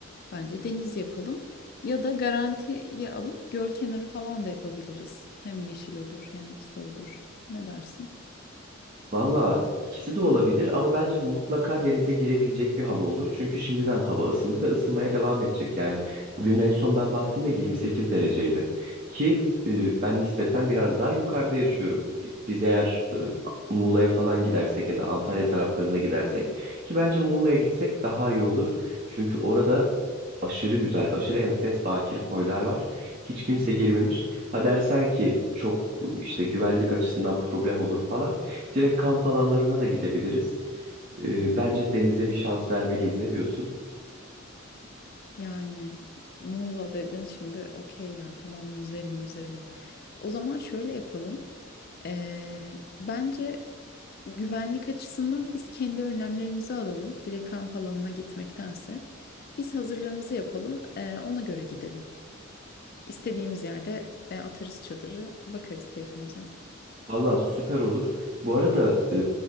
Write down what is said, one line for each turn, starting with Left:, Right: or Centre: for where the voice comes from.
Left: Bence deniz yapalım. Ya da garantiye alıp göl kenarı falan da yapabiliriz. Hem yeşil olur hem su olur. Ne dersin?
Right: Valla ikisi de olabilir ama bence mutlaka denize girebilecek bir hava olur. Çünkü şimdiden hava ısındı ve ısınmaya devam edecek. Yani bugün en son ben baktığımda 28 dereceydi. Ki e, ben nispeten biraz daha yukarıda yaşıyorum. Bi- Biz eğer e, Muğla'ya falan gidersek ya da Antalya taraflarına gidersek ki bence Muğla'ya gitsek daha iyi olur. Çünkü orada aşırı güzel, aşırı enfes bakir koylar var. Hiç kimse girmemiş. Ha dersen ki çok e, işte güvenlik açısından problem olur falan. Direkt kamp alanlarına da gidebiliriz. Ee, bence denize bir şans vermeliyiz. Ne diyorsun?
Left: Yani Muğla dedin şimdi okey ya tamam yüzelim yüzelim. O zaman şöyle yapalım. Ee, bence güvenlik açısından biz kendi önlemlerimizi alalım. Direkt kamp alanına gitmektense. Biz hazırlığımızı yapalım ee, ona göre gidelim. İstediğimiz yerde e, atarız çadırı bakarız keyfimize.
Right: Valla süper olur. Bu arada e,